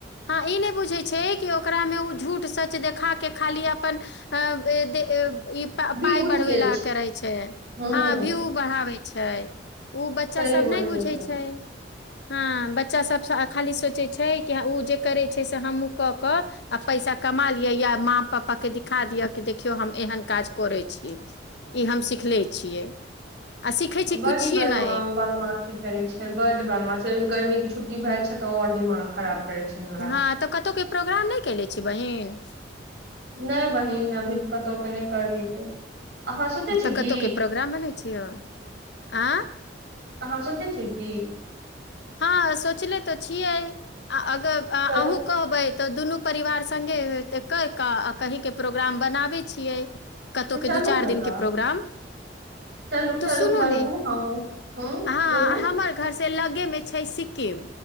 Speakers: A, on the left; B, on the right.
A: हँ ई नहि बुझै छै कि ओकरामे ओ झूठ सच देखा के खाली अपन अ दे ई पााय
B: व्यूज
A: बढ़बे
B: लै
A: ला करे छै
B: हूँ
A: हँ भी उ बढ़ावे छै ओ बच्चा
B: सही
A: सब
B: बोललियै
A: नहि बुझै
B: बहिन
A: छै हँ बच्चास सभसँ खाली सोचै छै कि ओ जे करै छै से हमहूँ कऽ कऽ आ पैसा कमा लिअ या माँ पाप्पाकेँ दिखा दिअ कि देखियौ हम एहन काज करै छी ई हम सिख लै छियै आ सिखै छी
B: बडी
A: किछु
B: बदमा
A: नहि
B: बदमाशी करै छै बड बदमाशी कर गरमी छूट्टी भेल छै तऽ और दिमाग खराब करै छै हमरा
A: हँ तऽ कतहु के प्रोग्राम नहि केले छी बहिन
B: नहि बहिन अभी कतहु के नहि करै छै अहाँ सोचै छी
A: तऽ
B: की
A: कतहुके प्रोग्राम बनै छियै आँय
B: अहाँ सोचै छिय की
A: हँ सोचले तो छियै आ त
B: तऽ
A: अहूँ कहबै तऽ दुनू परिवार सङ्गे कहि कऽ आ कहीके प्रोग्राम बनाबैत छियै कतहु
B: तऽ
A: के
B: चलू
A: दू चारि
B: ने
A: दिन
B: तऽ
A: के प्रोग्राम
B: चलू
A: तऽ
B: चलू
A: सुनू
B: बनबू
A: ने
B: हमहूँ हूँ
A: ह
B: बोलू
A: हमर घर से लग के मैच छै सिक्किम